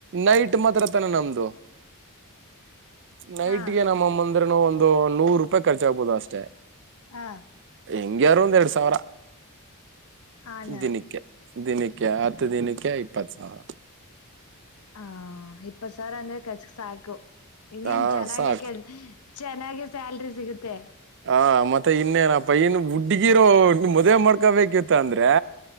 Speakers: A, on the right; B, on the left.
A: ನೈಟ್ ಮಾತ್ರ ತನ ನಮ್ದು ದೊ ನೈಟ್ಗೆ
B: ಹಾ
A: ನಮ್ಮಮ್ಮಂದ ಅಂದ್ರ ಒಂದು ನೂರು ರೂಪಾಯಿ ಖರ್ಚಾಗಗ್ಬಹುದು ಅಷ್ಟೇ
B: ಹಾ
A: ಎಂಗ ಯಾರು ಒಂದು ಎಡು ಸರ
B: ಹಣ
A: ದಿನಿಕ್ಕೆ ದಿನಕ್ಕೆ ಹತ್ತು ದಿನಕ್ಕೆ ಇಪ್ಪತ್ ಸಾವಿರ
B: ಹ ಇಪ್ಪತ್ತು ಸರ್ ಅಂದ್ರೆ ಕಚ್ಕ್ ಸಾಕು ಇನ್ನೇನ್
A: ಹಾ
B: ಚೆನ್ನಾಗೆ
A: ಸಾಕು
B: ಕೆಲ್ಸ ಚೆನ್ನಾಗಿ ಸ್ಯಾಲ್ರಿ ಸಿಗುತ್ತೆ
A: ಹ ಮತ್ತೆ ಇನ್ನೇನಪ್ಪ ಏನ್ ಹುಡ್ಗಿರೋ ಮ್ ಮದ್ವೆ ಮಾಡ್ಕೊಬೇಕಿತ್ತ ಅಂದ್ರೆ